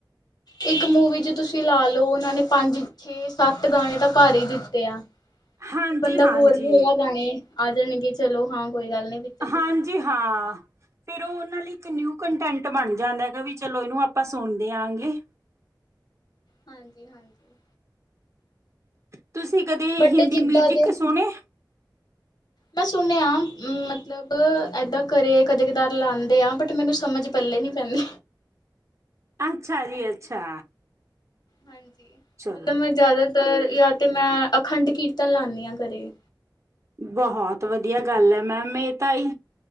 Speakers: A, on the left (about 65°); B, on the right (about 40°).
A: ਇੱਕ ਮੂਵੀ ਚ ਤੁਸੀਂ ਲਾ ਲਓ ਉਹਨਾਂ ਨੇ ਪੰਜ, ਛੇ, ਸੱਤ ਗਾਣੇ ਤਾਂ ਭਾਰ ਹੀ ਦਿੱਤੇ ਆ।
B: ਹਾਂਜੀ
A: ਤੇ ਬੰਦਾ
B: ਹਾਂਜੀ
A: ਬੋਰ ਵੀ ਹੋਇਆ ਗਾਣੇ ਆਜਣਗੇ ਚਲੋ ਹਾਂ। ਕੋਈ ਗੱਲ ਨੀ ਪਿਕਚਰ
B: ਹਾਂਜੀ
A: ਚ ਗਾਣੇ ਤਾਂ
B: ਹਾਂ
A: ਹੈਗੇ ਆ।
B: ਫੇਰ ਉਹ ਉਹਨਾਂ ਨੇ ਇੱਕ ਨਿਊ ਕੰਟੈਂਟ ਬਣ ਜਾਂਦਾ ਹੈਗਾ ਵੀ ਚਲੋ ਇਹਨੂੰ ਆਪਾਂ ਸੁਣਦੇ ਆਾਂਗੇ।
A: ਹਾਂਜੀ, ਹਾਂਜੀ
B: ਤੁਸੀਂ ਕਦੇ
A: ਬਟ
B: ਹਿੰਦੀ
A: ਜਿੱਦਾਂ
B: ਮਿਊਜਿਕ
A: ਦੇ
B: ਸੁਣੇ?
A: ਮੈਂ ਸੁਣਿਆ ਮਤਲਬ ਏਦਾਂ ਘਰੇ ਕਦੇ ਕਦਾਰ ਲਾੰਦੇ ਆ ਬਟ ਮੈਨੂੰ ਸਮਝ ਪੱਲੇ ਨੀ ਪੈਂਦੀ।
B: ਅੱਛਾ ਜੀ, ਅੱਛਾ
A: ਹਾਂਜੀ
B: ਚਲੋ
A: ਮਤਲਬ ਮੈਂ ਜ਼ਿਆਦਾਤਰ ਯਾ ਤੇ ਮੈਂ ਅਖੰਡ ਕੀਰਤਨ ਲਾੰਨੀ ਹਾਂ ਘਰੇ
B: ਬਹੁਤ ਵਧੀਆ ਗੱਲ ਹੈ ਮੈਮ ਇਹ ਤਾਂਈ